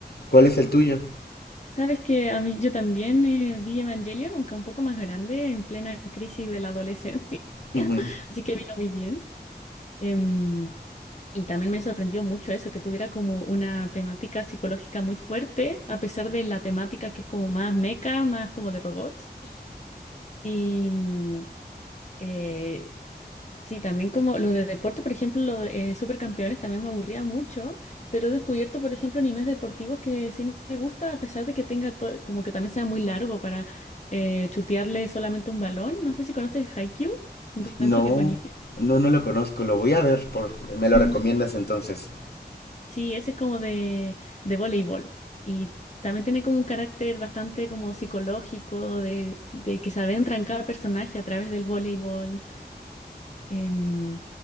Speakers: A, on the left; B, on the left.
A: ¿Cuál es el tuyo?
B: Sabes que a mí yo también eh, vi Evangelion, aunque un poco más grande, en plena crisis de la adolescencia,
A: Ujú.
B: <laughs> así que vino muy bien. Em, y también me sorprendió mucho eso, que tuviera como una temática psicológica muy fuerte, a pesar de la temática que es como más meca, más como de robots. Y mm, eh, Sí, también como los de deporte, por ejemplo, los de eh, Supercampeones también me aburría mucho, pero he descubierto, por ejemplo, animes deportivos que sí me gusta, a pesar de que tenga to- como que también sea muy largo para eh, chutearle solamente un balón. No sé si conoces Haikyuu, encuentro
A: No,
B: que es buenísimo.
A: no, no lo conozco. Lo voy a ver. Por... ¿Me lo
B: Ujú.
A: recomiendas entonces?
B: Sí, ese es como de, de voleibol y también tiene como un carácter bastante como psicológico de, de que se adentra en cada personaje a través del voleibol Em,